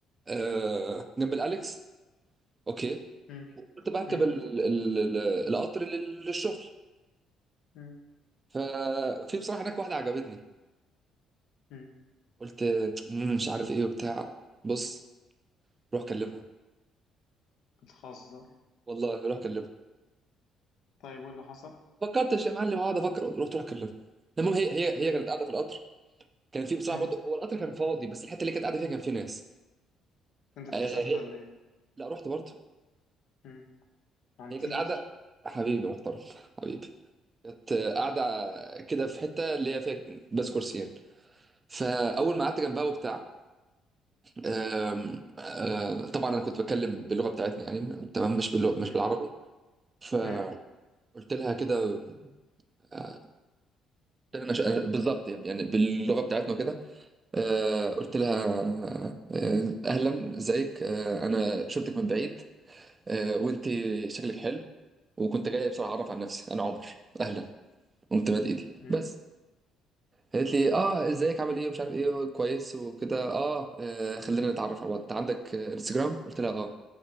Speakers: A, on the right; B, on the left.
A: آه، جنب الاليكس اوكي
B: مم.
A: قلت بركب
B: مم.
A: ال- ال- ال- القطر لل- للشغل
B: مم.
A: ففي بصراحه هناك واحده عجبتني
B: مم.
A: قلت "مم، مش عارف ايه وبتاع بص روح كلمها
B: بتهزر
A: والله روح كلمها
B: طيب وايه اللي حصل
A: فكرتش يا معلم اقعد افكر رحت روح كلمها المهم هي هي هي
B: مم.
A: كانت قاعده في القطر كان في بصراحه
B: مم.
A: برضه هو القطر كان فاضي بس الحته اللي كانت قاعده فيها كان في ناس
B: انت اتكسفت
A: آه هي
B: ولا ايه
A: لا رحت برضه
B: مم. عنتيل
A: هي كانت قاعده حبيبي محترم <laughs> حبيبي كانت آه، قاعده كده في حته اللي هي فيها بس كرسيين فاول ما قعدت جنبها وبتاع آم، آه، طبعا انا كنت بتكلم باللغه بتاعتنا يعني تمام مش باللغه مش
B: مم.
A: بالعربي فقلت
B: مم.
A: لها كده آه، قلت لها أنا ش- أنا- بالظبط يعني باللغه بتاعتنا وكده آه، قلت لها آه، آه، اهلا ازيك آه، انا شفتك من بعيد آه، وانت شكلك حلو وكنت جاي بسرعه اعرف عن نفسي انا عمر اهلا قمت مد ايدي
B: مم.
A: بس قالت لي اه ازيك عامل ايه ومش عارف ايه كويس وكده اه آه، خلينا نتعرف على بعض انت عندك آه، انستجرام قلت لها اه